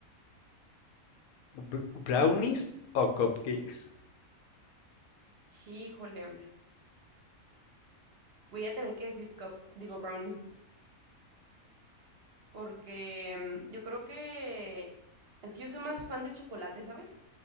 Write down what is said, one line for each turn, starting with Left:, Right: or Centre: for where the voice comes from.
Left: br- ¿brownies o cupcakes?
Right: Híjole. Voy a tener que decir cup, digo brownies. Porque mm, yo creo que es que yo soy más fan del chocolate, ¿sabes?